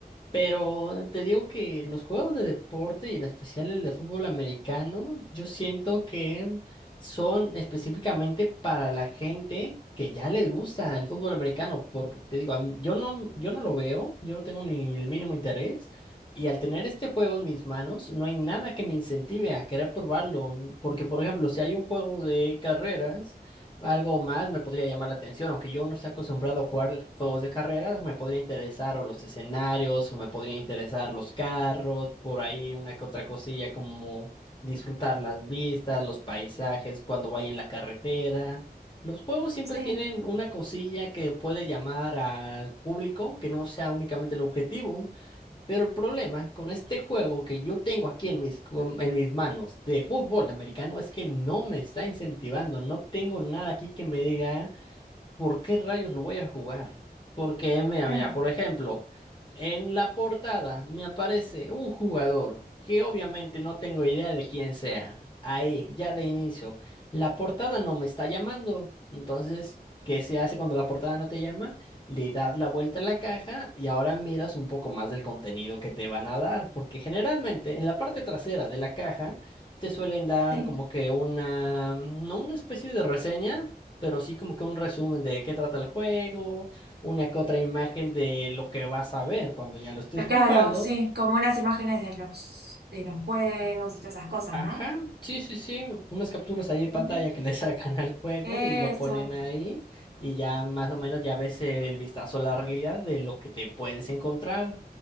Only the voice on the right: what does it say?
sí,
claro,
sí.
Claro, sí, como unas imágenes de los, de los juegos y todas esas cosas,
¿no?
Ujú.
Eso,